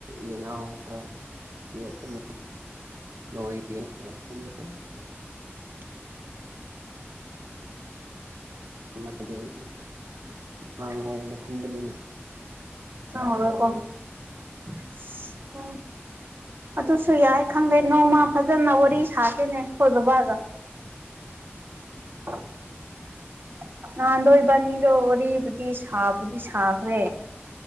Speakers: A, on the right; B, on the right.
A: ꯌꯦꯅꯥꯎ ꯈꯔ ꯌꯣꯛꯀꯅꯤ <inaudible> <unintelligible>
B: <inaudible> <unintelligible>
A: ꯗꯒꯤ <inaudible> <unintelligible> ꯉꯥꯡꯋꯥꯏꯅ ꯍꯟꯕꯅꯤꯅ
B: ꯆꯥꯏ ꯔꯦꯀꫭ ꯑꯁ ꯑ ꯑꯗꯨꯁꯨ ꯌꯥꯏ ꯈꯪꯗꯦ ꯅꯣꯡꯃ ꯐꯖꯅ ꯋꯥꯔꯤ ꯁꯥꯁꯤꯅꯦ ꯑꯩꯈꯣꯏ ꯕꯕꯥꯒ ꯑ <unintelligible> ꯅꯍꯥꯟꯗꯣ ꯏꯕꯥꯏꯅꯤꯗꯣ ꯋꯥꯔꯤꯕꯨꯗꯤ ꯁꯥꯕꯨꯗꯤ ꯁꯥꯈ꯭ꯔꯦ